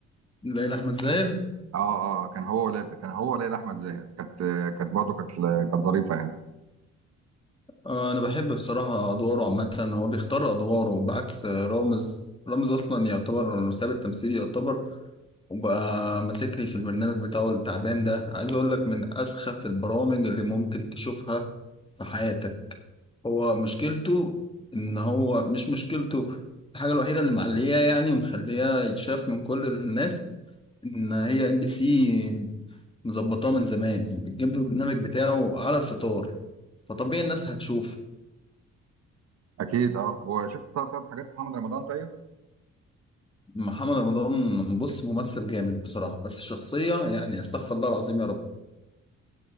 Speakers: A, on the left (about 15°); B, on the right (about 55°).
A: ليلى أحمد زاهر؟
B: اه اه آه، كان هو ولا كان هو ليلى احمد زاهر كانت آه، كانت برضو كانت آه، كانت ظريفه يعني
A: آه أنا بحب بصراحة أدواره عامة هو بيختار أدواره بعكس آه، رامز رامز أصلا يعتبر ساب التمثيل يعتبر وبقى ماسك لي في البرنامج بتاعه التعبان ده عايز اقول لك من اسخف البرامج اللي ممكن تشوفها في حياتك هو مشكلته ان هو مش مشكلته الحاجة الوحيدة اللي معلياه يعني ومخلياه يتشاف من كل الناس ان هي ام بي سي مظبطاه من زمان بتجيب له البرنامج بتاعه على الفطار فطبيعي الناس هتشوف
B: اكيد اه وشفت طب طب حاجات محمد رمضان طيب
A: محمد رمضان بص ممثل جامد بصراحة بس شخصية يعني استغفر الله العظيم يا رب